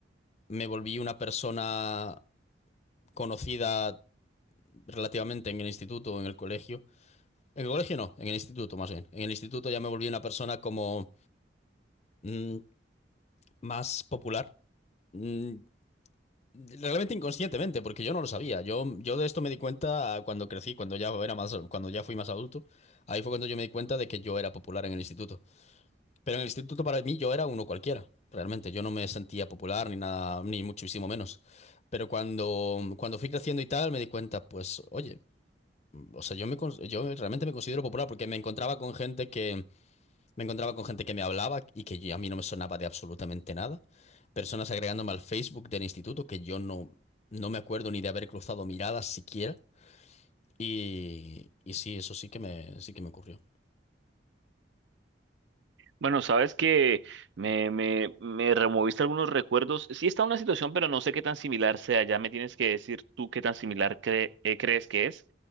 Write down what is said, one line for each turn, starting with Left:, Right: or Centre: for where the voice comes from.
Left: me volví una persona conocida relativamente en el instituto o en el colegio. En el colegio no, en el instituto más bien. En el instituto ya me volví una persona como mm, más popular. Mm, Realmente inconscientemente, porque yo no lo sabía. Yo, yo de esto me di cuenta cuando crecí, cuando ya era más, cuando ya fui más adulto. Ahí fue cuando yo me di cuenta de que yo era popular en el instituto. Pero en el instituto para mí yo era uno cualquiera, realmente. Yo no me sentía popular ni nada, ni muchísimo menos. Pero cuando, cuando fui creciendo y tal, me di cuenta, pues, oye, o sea, yo me, cons- yo realmente me considero popular porque me encontraba con gente que, me encontraba con gente que me hablaba y que yo- a mí no me sonaba de absolutamente nada. Personas agregándome al Facebook del instituto que yo no, no me acuerdo ni de haber cruzado miradas siquiera. Y, y sí, eso sí que me, sí que me ocurrió.
Right: Bueno, sabes que me, me, me removiste algunos recuerdos. Sí está una situación, pero no sé qué tan similar sea. Ya me tienes que decir tú qué tan similar cre- eh, crees que es.